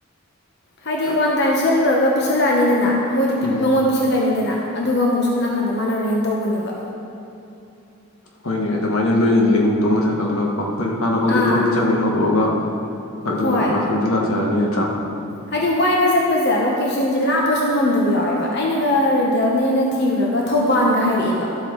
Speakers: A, on the left (about 50°); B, on the left (about 75°).
A: ꯍꯥꯏꯗꯤ ꯋꯥꯟ ꯇꯥꯏꯝ ꯁꯦꯠꯂꯨꯔꯒ ꯄꯤꯁꯜꯂꯛꯑꯅꯤꯗꯅ ꯃꯣꯏꯗ
B: ꯎꯝ
A: ꯃꯉꯣꯟ ꯄꯤꯁꯜꯂꯅꯤꯗꯅ ꯑꯗꯨꯒ ꯑꯃꯨꯛ ꯁꯣꯝ ꯅꯥꯀꯟꯗ ꯃꯥꯅ ꯔꯦꯟ ꯇꯧꯕꯅꯦꯕ
B: ꯍꯣꯏꯅꯦ ꯑꯗꯨꯃꯥꯏꯅ ꯅꯣꯏꯅ ꯂꯤꯡ ꯇꯣꯡꯕ ꯁꯥꯒꯠꯂꯒ ꯀꯣ ꯍꯣꯏ ꯍꯥꯟꯅ ꯍꯧꯗꯣꯛꯄ
A: ꯑꯥ
B: ꯑꯗ ꯆꯪꯉꯦ ꯍꯧꯗꯣꯛꯑꯒ ꯑꯗꯨꯒ
A: ꯍꯣꯏ
B: ꯃꯊꯟꯇ ꯂꯥꯛꯆꯔꯅꯤ ꯑ
A: ꯍꯥꯏꯗꯤ ꯋꯥꯏꯕ ꯆꯠꯄꯁꯦ ꯂꯣꯀꯦꯁꯟꯁꯦ ꯂꯥꯞꯄꯁꯨ ꯉꯝꯗꯕ ꯌꯥꯎꯋꯦꯕ ꯑꯩꯅꯒ ꯔꯦꯟꯇꯦꯜꯅꯦꯅ ꯊꯤꯔꯨꯔꯒ ꯊꯧꯕꯥꯜꯒ ꯍꯥꯏꯔꯛꯑꯦꯕ